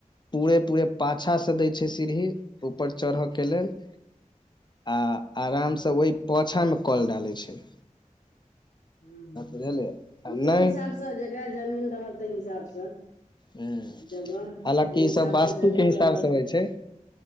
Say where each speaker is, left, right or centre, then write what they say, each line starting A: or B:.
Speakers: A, on the left; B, on the left.
A: पूरे पूरे पाछा से दै छैय सीढ़ी ऊपर चढ़ऽ के लेल आ आरामसँ ओहि पोछामे कल डालै छैय
B: ह
A: बुझलियै
B: ह
A: आ
B: जाय
A: नहि
B: हिसाबसँ जकरा जमीन रहलताहि हिसाबसँ
A: ह
B: जगह
A: हालाँकि
B: जेय
A: ई
B: हिसाबसँ
A: सब वास्तु
B: जगह
A: के हिसाब
B: रहल
A: से होइ
B: तैय
A: छै